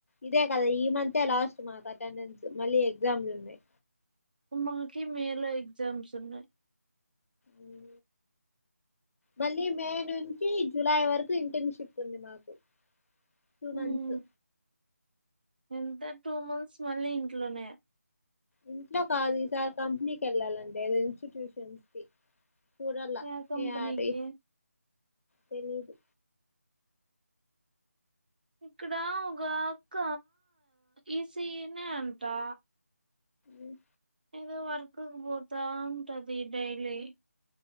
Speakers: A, on the left; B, on the right.
A: ఇదే దా ఈ మంత్ ఏ లాస్ట్ మాకు అటెండెన్స్ మళ్ళీ ఎగ్జామ్లు ఉన్నాయి
B: మాకి మేలో ఎగ్జామ్స్ ఉన్నాయి
A: ఉమ్ మళ్ళీ మే నుంచి జూలై వరకు ఇంటర్న్షిప్ ఉంది మాకు టూ మంత్స్
B: ఉమ్ ఎంత టూ మంత్స్ మళ్ళ ఇ ఇంట్లోనే
A: ఇంట్లో కాదు ఈసారి కంపెనీకి వెళ్ళాలంటేదో ఇన్స్టిట్యూషన్స్ కి చూడాల
B: యా కంపెనీ
A: యాడి
B: కి
A: తెలీదు
B: ఇక్కడ ఒకఅక్క ఈసీఏనే అంటా
A: ఉమ్
B: ఏదో వర్క్ కు పోతా ఉంటది డైలీ